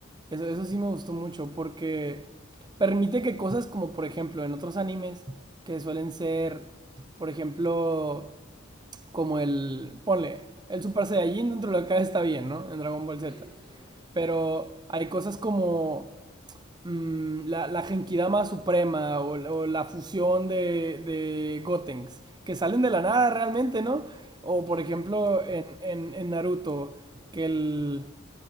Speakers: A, on the right (about 20°); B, in the centre.
A: Eso, eso sí me gustó mucho porque permite que cosas como por ejemplo en otros animes que suelen ser, por ejemplo, como el, ponle, el Super Saiyajin dentro de acá está bien, ¿no? En Dragon Ball
B: Sí,
A: Z.
B: así es.
A: Pero hay cosas como mm, la, la Genkidama Suprema o, o la fusión de, de Gotenks, que salen de la nada realmente, ¿no? O
B: Sí,
A: por ejemplo
B: sí, sí, sí.
A: en, en, en Naruto, que el,